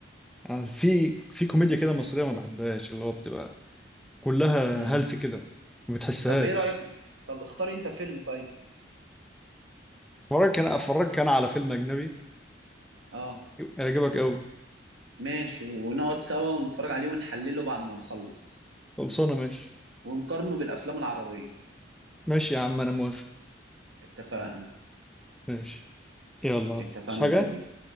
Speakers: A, in the centre; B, on the right (about 75°).
A: يعني في في كوميديا كده مصرية ما بحبهاش اللي هو بتبقى كلها
B: مم.
A: هلس كده ما بتحسهاش
B: طب ايه رأيك طب اختاري انت فيلم طيب
A: اتفرجك انا اتفرجك انا على فيلم اجنبي
B: اه
A: يعجبك قوي
B: ماشي ونقعد سوا ونتفرج عليه ونحلله بعد ما نخلص
A: خلصانة ماشي
B: ونقارنه بالأفلام العربية
A: ماشي يا عم انا موافق
B: اتفقنا
A: ماشي يلا عايز
B: اتفقنا
A: حاجة
B: يا صديقي